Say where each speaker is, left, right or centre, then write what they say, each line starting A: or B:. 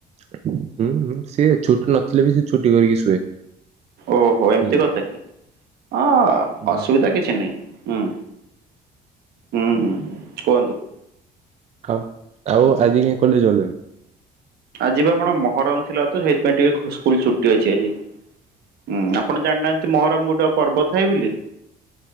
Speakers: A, on the right (about 40°); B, on the right (about 70°).
A: ହୁଁ ହୁଁ ସିଏ ଛୁଟି ନଥିଲେ ବି ସେ ଛୁଟି କରିକି ଶୁଏ।
B: ଓହୋ ଏମିତି
A: ବୁଝିଲେ।
B: କଥା କି ଅ
A: ହୁଁ
B: ଅସୁବିଧା କିଛି ନାହିଁ ହୁଁ। ହୁଁ ହୁଁ କୁହନ୍ତୁ।
A: ଆଉ ଆଉ ଆଜିି କାଇ କଲେଜ୍ ଗଲେନି?
B: ଆଜି ବା କଣ ମହରମ ଥିଲା ତ ସେଇଥିପାଇଁ ଟିକେ ଖୁ ସ୍କୁଲ ଛୁଟି ଅଛି ଆଜି। ହଁ ଆପଣ ଜାଣିନାହାନ୍ତି ମହରମ ଗୋଟେ ଅପର୍ବ ଥାଏ ବୋଲି?